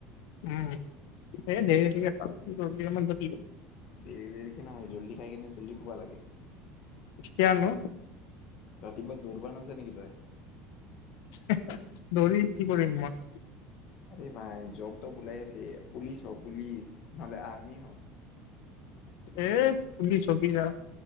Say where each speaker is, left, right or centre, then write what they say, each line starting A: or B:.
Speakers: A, on the left; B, on the left.
A: উম! এই দেৰিকে <inaudible> খাওঁ কি কৰিবি <unintelligible>
B: দেৰি-দেৰিকে নহয়, জল্দি খাই কিনে জল্দি শুব লাগে। <unintelligible>
A: <unintelligible> কেতিয়া নো?
B: ৰাতিপুৱা দৌৰব নাযায় নেকি তই? <unintelligible>
A: <unintelligible> দৌৰি কি কৰিম মই?
B: আৰে ভাই জব-তব ওলাই আছে। পুলিচ হ পুলিচ নহলে আৰ্মি হ। <unintelligible>
A: এ পুলিচ হবি আৰু